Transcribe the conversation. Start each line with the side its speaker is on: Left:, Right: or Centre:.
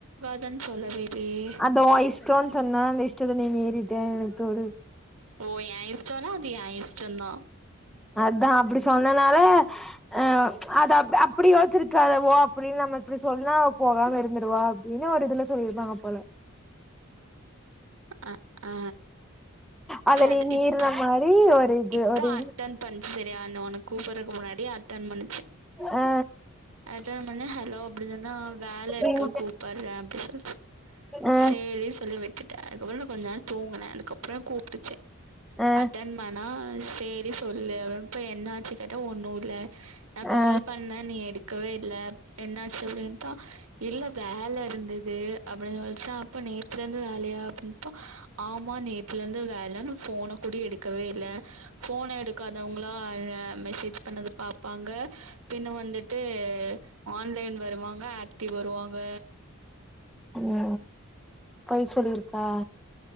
Right: இல்லன் சொல்லவே இல்லயே
Centre: அது ஒ இஷ்டோ சொன்னா அந்த இஷ்டத்த நீ மீறிட்ட தோணு
Right: ஓ ஏ இஷ்டோனா அது ஏ இஷ்டோ தா
Centre: அதா அப்டி சொன்னனால ஆ அத அ அப்டி யோச்சிருக்கலால ஓ அப்டின்னு நம்ம இப்டி சொன்னா போகாம இருந்துடுவா அப்டின்னு ஒரு இதுல சொல்லி இருப்பாங்க போல
Right: அ ஆ
Centre: அத
Right: சேரி
Centre: நீ மீறின
Right: இப்
Centre: மாரி ஒரு இது
Right: இப்ப
Centre: ஒரு
Right: அட்டன் பண்ச்சு செரியா என்ன உனக்கு கூப்புட்றக்கு முன்னா டி அட்டன் பண்ணி
Centre: ஆ
Right: அட்டன் பண்ணி ஹலோ அப்டி சொன்னா ஆ வேல இருக்கு
Centre: ம்
Right: கூப்பட்றே அப்டி சொல்லிச்சு
Centre: அ
Right: சேரி சொல்லி விட்டுட்டே அதுக்கப்றோ நா கொஞ்ச நேரோ தூங்குனே அதுக்கப்றோ பிடிச்சே
Centre: அ
Right: அட்டன் பண்ணா சேரி சொல்லு இப்போ என்ன ஆச்சு கேட்டா ஒன்னு இல்ல நா கால்
Centre: அ
Right: பண்ணே நீ எடுக்கவே இல்ல என்னாச்சு அப்டின்ட்டா இல்ல வேல இருந்த து அப்டின்னு சொல்ச்சா அப்ப நேத்துலருந்து வேலையா அப்டின்ப்போ ஆமா நேத்துலந்து வே லனு ஃபோன கூட எடுக்கவே இல்ல ஃபோன எடுக்காதவங்களா ஏ மெசேஜ் பண்ணது பாப் பாங்க பின்ன வந்துட்டு ஆன்லைன் வருவாங்க ஆக்டிவ் வருவாங்க
Centre: ஓ பொய் சொல்லிருக்கா